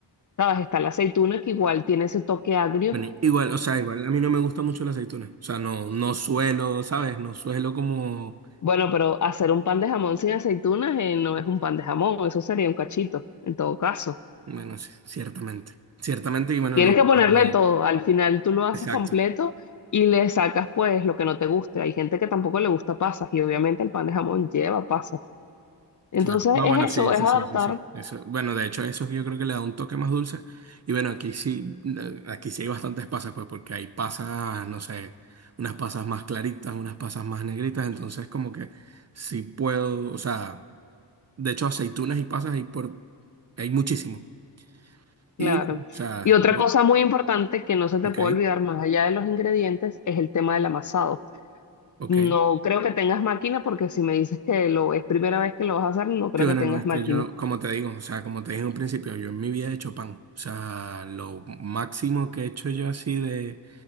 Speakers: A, on the left; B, on the right.
A: ¿Sabes? Está la aceituna que igual tiene ese toque agrio
B: Bueno, igual, o sea, igual a mí no me gusta mucho las aceitunas. O sea, no, no suelo, ¿sabes? No suelo como
A: Bueno, pero hacer un pan de jamón sin aceitunas eh, no es un pan de jamón, eso sería un cachito, en todo caso.
B: Bueno, sí, ciertamente. Ciertamente, y bueno,
A: Tienes
B: no,
A: que ponerle
B: igual.
A: todo, al final tú lo haces
B: Exacto,
A: completo y le sacas pues lo que no te guste. Hay gente que tampoco le gusta pasas y obviamente el pan de jamón lleva pasas. Entonces
B: claro. No,
A: es
B: bueno,
A: eso,
B: sí, eso
A: es adaptar,
B: sí, eso sí. Eso, bueno, de hecho, eso yo creo que le da un toque más dulce. Y bueno, aquí sí, eh, aquí sí hay bastantes pasas, pues, porque hay pasas, no sé, unas pasas más claritas, unas pasas más negritas, entonces como que sí puedo, o sea, de hecho, aceitunas y pasas hay por, hay muchísimo.
A: claro.
B: Y, no, o sea,
A: Y otra cosa muy importante que no se te
B: ok,
A: puede olvidar más allá de los ingredientes es el tema del amasado.
B: ok.
A: No creo que tengas máquina porque si me dices que lo es primera vez que lo vas a hacer, no creo
B: Sí, bueno,
A: que tengas
B: no, es
A: máquina.
B: que yo, como te digo, o sea, como te dije en un principio, yo en mi vida he hecho pan. O sea, lo máximo que he hecho yo así de,